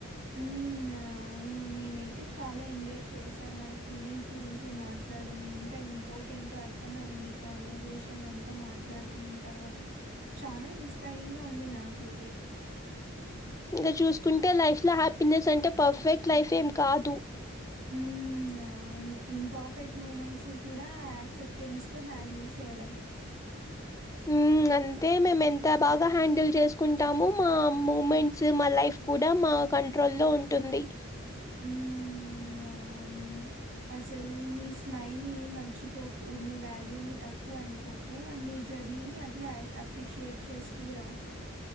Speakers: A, on the right; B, on the left.
A: ఉమ్ అవును నేనైతే చాలా ఎంజాయ్ చేశా మన ఫీలింగ్స్ గురించి మాట్లాడం ఎంత ఇంపార్టెంటొ అర్థం అయింది కాన్వర్సేషన్ అంతా మాట్లాడుకునిన్ తర్వాత చానా ఇన్స్పైరింగ్ గా ఉంది నాకైతే
B: ఇంకా చూసుకుంటే లైఫ్ ల హ్యాపీనెస్ అంటే పర్ఫెక్ట్ లైఫ్ ఏం కాదు
A: హ్మ్. అవును ఇంపర్ఫెక్ట్ మూమెంట్స్ని కూడా యాక్సెప్టెన్స్ తో హ్యాండిల్ చేయడం
B: ఉమ్ గంతే మేము ఎంత బాగా హ్యాండిల్ చేసుకుంటాము మా మూమెంట్స్ మా లైఫ్ కూడా మా కంట్రోల్ లో ఉంటుంది
A: ఉమ్ అ అసల్ నీ స్మైల్ ని మర్చిపోకు నీ వాల్యూ ని తక్కువ అనుకోకు అండ్ నీ జర్నీని అట్లా అప్రిషియేట్ చేస్తూరా